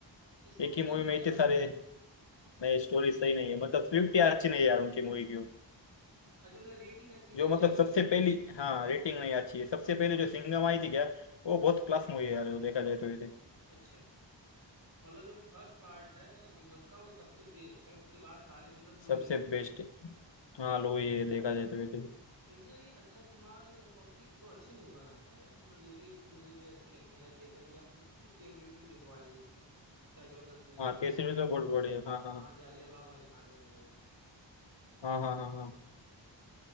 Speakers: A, on the right (about 45°); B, on the left (about 65°).
A: स्टोरी
B: एक ही
A: सही
B: मूवी
A: नहीं
B: में
A: है
B: इतने
A: क्या भाई
B: सारे
A: मतलब उनकी
B: नए स्टोरी सही नहीं है मतलब स्क्रिप्ट ही अच्छी नहीं है यार उनकी मूवी की
A: अच्छा मतलब रेटिंग अच्छी
B: जो
A: नहीं
B: मतलब
A: आई इनकी
B: सबसे
A: मूवी
B: पहली
A: की
B: हाँ रेटिंग नहीं अच्छी है सबसे पहले जो सिंघम आई थी क्या वो
A: अच्छा
B: बहुत क्लास मूवी है यार वो देखा जाए तो वैसे
A: अच्छा मतलब जो फर्स्ट पार्ट है सिंघम का वो सबसे बेस्ट है उसके बाद सारे मतलब लो
B: सबसे
A: ही है
B: बेस्ट हाँ लो ये देखा जाए तो वैसे तो।
A: लेकिन यार ये अक्षय कुमार और की तो अच्छी मूवी बनाता है यार मतलब ये भी इसकी मूवी मुझे अच्छी लगती है लाइक जैसे अभी आप केसरी टू देखो आई है इसकी क्या जबरदस्त मूवी
B: हाँ
A: बनाई
B: कैसे
A: उन्होंने
B: भी तो बहुत बढ़िया हाँ हाँ
A: हाँ जालियाबाग वाले कांड में बनाई थी
B: हाँ हाँ हाँ हाँ